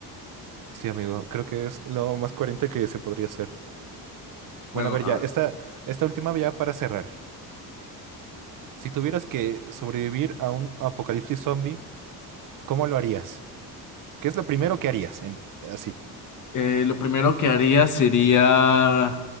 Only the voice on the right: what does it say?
Sí, amigo, creo que es lo más coherente que se podría hacer.
Bueno, a ver,
ya,
esta, esta última ya para cerrar. Si tuvieras que sobrevivir a un apocalipsis zombie, ¿cómo lo harías? ¿Qué es lo primero que harías? En- así.